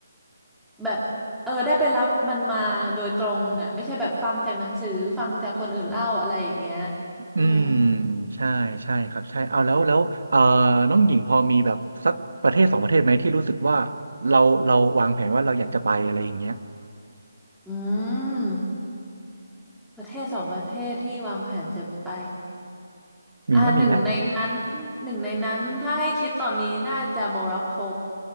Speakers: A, in the centre; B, on the right (about 75°).
A: แบบเออได้ไปรับมันมาโดยตรงอ่ะไม่ใช่แบบฟังจากหนังสือฟังจากคนอื่นเล่าอะไรอย่างเงี้ย
B: อืม
A: อืม
B: ใช่ใช่ครับใช่เอาแล้วแล้วเอ่อน้องหญิงพอมีแบบสักประเทศสองประเทศไหมที่รู้สึกว่าเราเราวางแผนว่าเราอยากจะไปอะไรอย่างเงี้ย
A: อืมประเทศสองประเทศที่วางแผนจะไป
B: มีไหมมีไหม
A: อ่าหนึ่งในนั้นหนึ่งในนั้นถ้าให้คิดตอนนี้น่าจะโมร็อกโก